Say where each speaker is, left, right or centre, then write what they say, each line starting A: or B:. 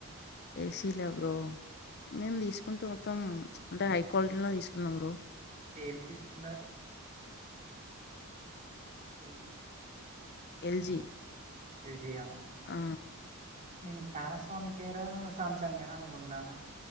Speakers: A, on the left (about 50°); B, on the right (about 35°).
A: ఏసీలా బ్రో మేము తీసుకుంటే మొత్తం అంటే హై క్వాలిటీలో తీసుకున్నాం బ్రో
B: ఏం తీసుకున్నారు ఏపీ
A: ఎల్జీ
B: ఎల్జీ ఆ
A: ఆ
B: నేను పానాసోనిక్ అయినా సామ్సంగ్ అయినా అనుకుంటానా